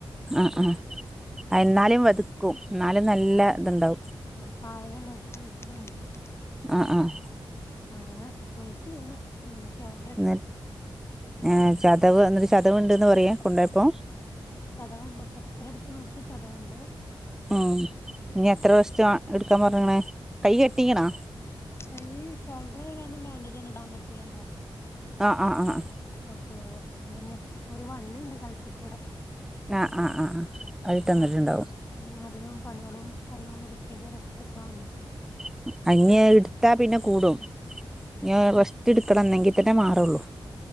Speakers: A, in the centre; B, on the left.
A: ആ ആ എന്നാലും വതക്കും എന്നാലും നല്ല ത്ണ്ടാവും
B: ആ പായല്ണ്ടായിട്ട് <unintelligible>
A: ആ ആഹ്
B: അങ്ങനെ വയിക്കി വീണു മ് പക്ഷെ അവ
A: എന്ന് ഏ ചതവ് എന്നിട്ട് ചതവ്ണ്ട്ന്ന് പറയ കൊണ്ടോയപ്പോ
B: ചതവൊണ്ട് എക്സറെ എടുത്ത് നോക്കി ചതവൊണ്ട്
A: ഉം ഇനിത്ര റെസ്‌റ്റ് എടുക്കാൻ പറഞ്ഞിക്കണേ കൈ കെട്ടിക്കണാ
B: കൈയ്യ് ഷോൾഡറായി കാരണം ബാൻ്റേജൊന്നും ഇടാൻ പറ്റൂലല്ലോ
A: ആഹ് ആഹ് ആഹ്
B: <unintelligible> നന്നെ ഒരു വള്ളിണ്ട് കഴ്ത്തിക്കൂടെ
A: ആഹ് ആഹ് ആഹ് ആഹ് ആയിട്ട് എന്നിട്ട്ണ്ടാവും
B: അത് ഉം അധികം പണികളും കാര്യങ്ങളോന്നും ഒന്നും എടുക്കരുത് റെസ്റ്റെടുക്കാൻ വേണ്ടി
A: <unintelligible> എടുത്താ പിന്നെ കൂടും ഞാ റെസ്റ്റ്ടുക്കണം
B: എട്
A: അന്നേങ്കി തന്നെ മാറുള്ളൂ